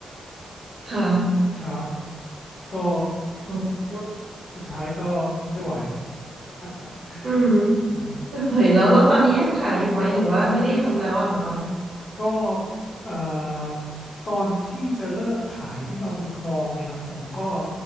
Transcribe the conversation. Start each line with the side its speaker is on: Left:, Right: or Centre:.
Right: ค่ะ
Left: ครับก็
Right: อ๋อ
Left: สุดท้ายก็ไม่ไหว <laughs>
Right: อืม
Left: อืม
Right: ไม่ไหวแล้วแล้วตอนนี้ยังขายอยู่ไหมหรือว่าไม่ได้ทำแล้วอะคะ
Left: ก็เอ่อตอนที่จะเลิกขายที่มาบุญครองเนี่ยผมก็